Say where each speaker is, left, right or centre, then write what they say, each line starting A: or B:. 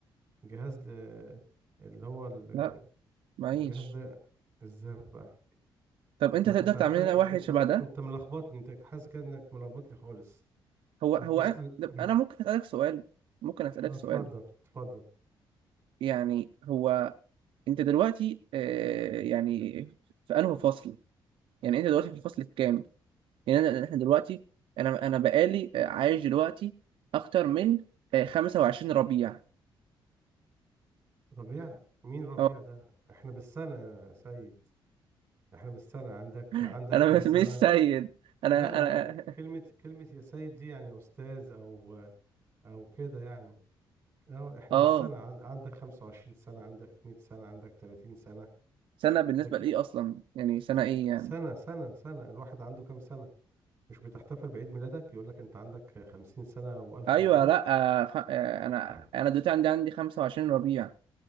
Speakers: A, on the right (about 25°); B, on the right (about 75°).
A: جهاز ده اللي هو ال-
B: لا معيش
A: الجهاز ده ازاي بقى
B: طب
A: انت
B: انت
A: انت
B: تقدر تعمل
A: حاس...
B: لنا واحد
A: انت
B: شبه ده
A: انت ملخبطني انت حاسس كده انك ملخبطني خالص
B: هو هو
A: وبتسأل
B: أ- ده-
A: <clears throat>
B: انا ممكن اسالك سؤال ممكن اسالك
A: اه
B: سؤال
A: اتفضل اتفضل
B: يعني هو انت دلوقتي آه يعني في انهي فصل يعني انت دلوقتي في الفصل الكام يعني أنا- احنا دلوقتي انا انا بقالي آه، عايش دلوقتي اكتر من آه، 25 ربيع
A: ربيع مين ربيع
B: اه
A: ده احنا بالسنة يا سيد احنا بالسنة عندك
B: <laughs>
A: عندك
B: انا
A: كام
B: مش
A: سنة
B: مش سيد انا
A: لا انا
B: انا
A: كلمة كلمة يا سيد دي يعني استاذ او او كده يعني اه
B: <laughs>
A: احنا
B: اه
A: بالسنة عن- عندك 25 سنة عندك 100 سنة عندك 30 سنة
B: سنه بالنسبه
A: لكن
B: لايه اصلا يعني سنه ايه يعني
A: سنة سنة سنة الواحد عنده كام سنة مش بتحتفل بعيد ميلادك يقول لك انت عندك 50 سنة والف
B: ايوه
A: مبروك
B: لا آه، خ... آه، انا
A: <clears throat>
B: انا دلوقتي عندي عندي 25 ربيع